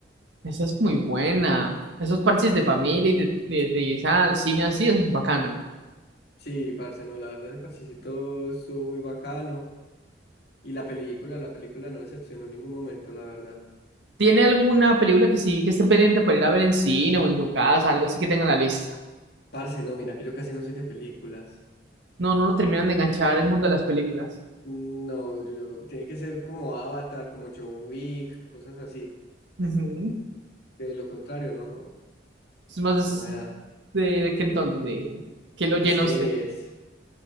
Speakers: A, on the right; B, on the left.
A: Esa es muy buena. Esos parches de familia y de, de- de ir al cine así es muy bacano.
B: Sí, parce, no, la verdad ese parchecito estuvo muy bacano. Y la película, la película no decepcionó en ningún momento, la verdad.
A: ¿Tiene alguna película que sí que esté pendiente para ir a ver en cine o en su casa, algo así que tenga en la lista?
B: Parce, no, mira que yo casi no soy de películas.
A: No, no lo terminan de enganchar el mundo de las películas.
B: No, yo, tiene que ser como Avatar, como John Wick, cosas así.
A: Ujú.
B: Que de lo contrario, no, no,
A: Es más, es
B: no me da.
A: de, de qué entonces, de qué lo llena
B: De series.
A: usted.